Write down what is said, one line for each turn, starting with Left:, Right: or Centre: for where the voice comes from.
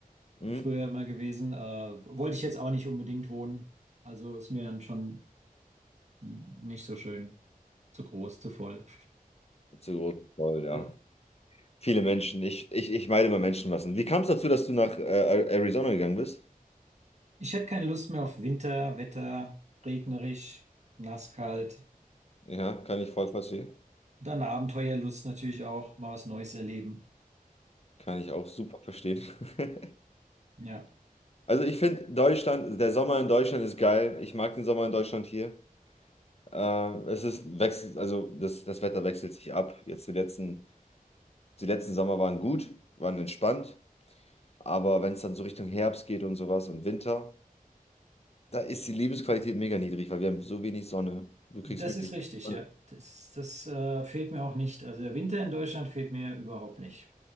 Left: hm?
Right: früher immer gewesen. Äh, wollte ich jetzt auch nicht unbedingt wohnen. Also ist mir dann schon nicht so schön, zu groß, zu voll.
Left: zu groß. Voll, ja.
Right: Ja.
Left: Viele Menschen. Ich, ich, ich meide immer Menschenmassen. Wie kam es dazu, dass du nach äh, Arizona gegangen bist?
Right: Ich hätte keine Lust mehr auf Winter, Wetter, regnerisch, nass, kalt.
Left: Ja, kann ich voll verstehen.
Right: Dann Abenteuerlust natürlich auch, mal was Neues erleben.
Left: Kann ich auch super verstehen. <laughs>
Right: Ja,
Left: Also ich finde Deutschland, der Sommer in Deutschland ist geil. Ich mag den Sommer in Deutschland hier. Ähm, es ist wechselt, also das, das Wetter wechselt sich ab. Jetzt die letzten, die letzten Sommer waren gut, waren entspannt. Aber wenn es dann so Richtung Herbst geht und sowas und Winter, da ist die Lebensqualität mega niedrig, weil wir haben so wenig Sonne. Du
Right: das
Left: kriegst wirklich
Right: ist richtig,
Left: keine
Right: ja. Das, das äh, fehlt mir auch nicht. Also der Winter in Deutschland fehlt mir überhaupt nicht.